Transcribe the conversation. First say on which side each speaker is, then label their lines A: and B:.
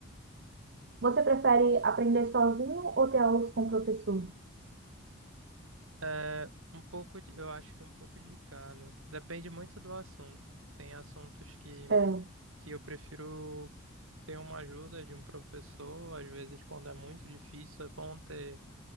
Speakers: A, on the right (about 55°); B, on the right (about 80°).
A: Você prefere aprender sozinho ou ter aulas com o professor?
B: É, um pouco de, eu acho que um pouco de cada. Depende muito do assunto. Tem assuntos que,
A: É,
B: que eu prefiro ter uma ajuda de um professor. Às vezes, quando é muito difícil, é bom ter